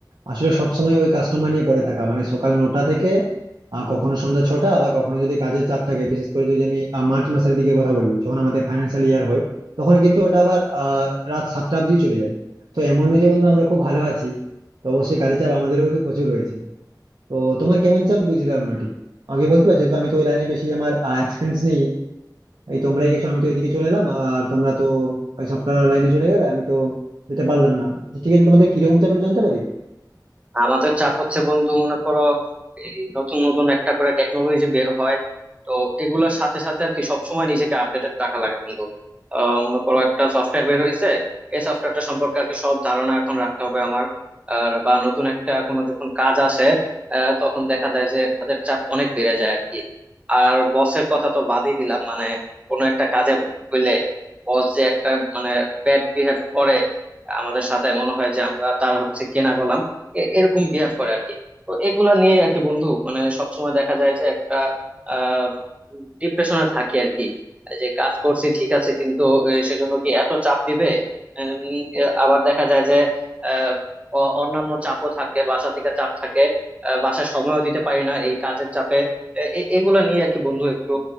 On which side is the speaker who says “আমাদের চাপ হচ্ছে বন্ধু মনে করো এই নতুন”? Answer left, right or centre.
Right